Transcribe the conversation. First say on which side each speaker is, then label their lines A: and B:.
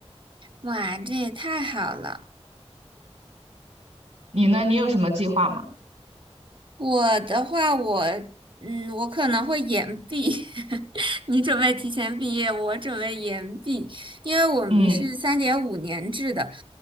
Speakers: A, on the right; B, on the right.
A: 哇，这也太好了。
B: 你呢？你有什么计划吗？
A: 我的话，我嗯，我可能会延毕。<laughs> 你准备提前毕业，我准备延毕，因为我们是三点五年制的，
B: 嗯